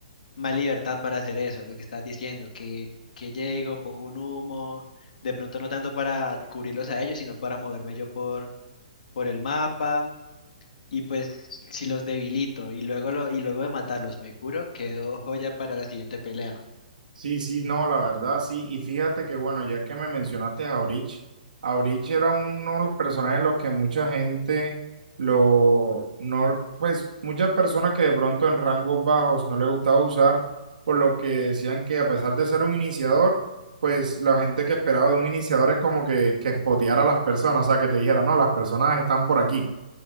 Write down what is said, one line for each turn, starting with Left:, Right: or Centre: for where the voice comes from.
Left: más libertad para hacer eso, lo que estás diciendo, que, que llego, pongo un humo, de pronto no tanto para cubrirlos a ellos, sino para moverme yo por, por el mapa y pues si los debilito y luego lo, y luego de matarlos me curo, quedo joya para la siguiente pelea.
Right: Sí, sí, no, la verdad, sí. Y fíjate que, bueno, ya que me mencionaste a Breach, a Breach era uno de los personajes en los que mucha gente lo, no, pues muchas personas que de pronto en rangos bajos no les gustaba usar, por lo que decían que a pesar de ser un iniciador, pues la gente que esperaba de un iniciador es como que, que spoteara a las personas, o sea, que te dijera, no, las personas están por aquí.